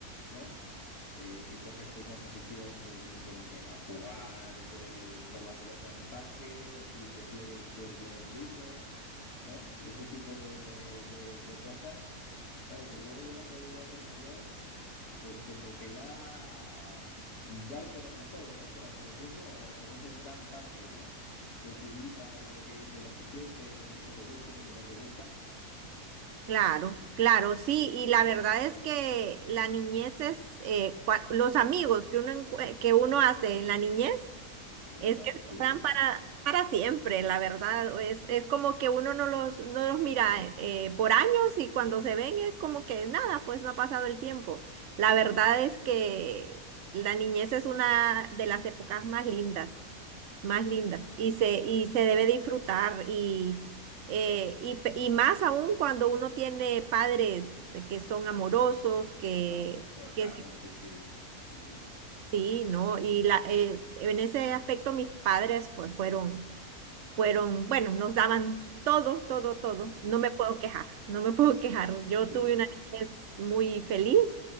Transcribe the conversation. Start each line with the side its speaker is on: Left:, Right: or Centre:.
Left: ¿no? Eh, si coges pues más afición, pues, pues no sé, a jugar pues con la pelota en el parque o si prefieres pues leer un libro, ¿no? Ese tipo de, de- de cosas. Claro que luego ya cuando ya eres mayor, pues como que ya, ya lo conoces todo, ¿no? Por así decirlo, o conoces gran parte, ¿no? De tu vida y de, y de lo que sientes y lo que te gusta y lo que no te gusta.
Right: Claro, claro, sí, y la verdad es que la niñez es, eh, cua- los amigos que uno, encue- que uno hace en la niñez
Left: Es verdad,
Right: es que se
Left: sí,
Right: quedan
Left: sí.
Right: para, para siempre, la verdad, es, es como que uno no los, no los mira eh, por años y cuando se ven es como que nada, pues no ha pasado el tiempo. La verdad es que la niñez es una de las épocas más lindas más lindas y se, y se debe disfrutar y, eh, y, pe- y más aún cuando uno tiene padres que son amorosos, que,
Left: Ah, pues,
Right: que
Left: claro,
Right: s-
Left: sí, sí, sí, sí.
Right: sí, ¿no? Y la, eh, en ese aspecto mis padres pues fueron, fueron, bueno, nos daban todo, todo, todo.
Left: Ujú.
Right: No me puedo quejar, no me puedo quejar. Yo
Left: Sí,
Right: tuve una niñez muy feliz